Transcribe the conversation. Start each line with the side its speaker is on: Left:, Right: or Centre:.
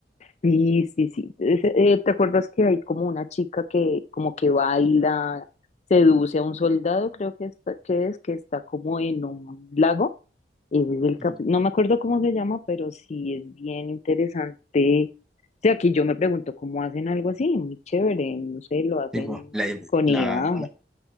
Left: Sí, sí, sí. Es- eh, ¿te acuerdas que hay como una chica que como que baila, seduce a un soldado, creo que está, que es, que está como en un lago? Ese es el
Centre: Mm.
Left: cap- No me acuerdo cómo se llama, pero sí es bien interesante. O sea, que yo me pregunto cómo hacen algo así, muy chévere, no sé, lo hacen
Centre: Sí, pues, la,
Left: con
Centre: la-
Left: IA.
Centre: Bueno, la-